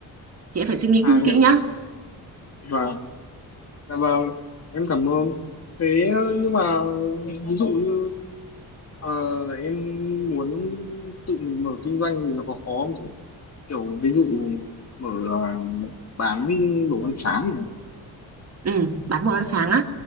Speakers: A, on the right (about 45°); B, on the left (about 45°).
A: Thì em phải suy nghĩ
B: à liệu
A: kỹ nhá
B: và Dạ vâng, em cảm ơn. Thế ờ, nhưng mà ví dụ như ờ, em muốn tự mình mở kinh doanh thì nó có khó không chị? Kiểu ví dụ mở ờ, bán đồ ăn sáng này.
A: Ừ, bán đồ ăn sáng á.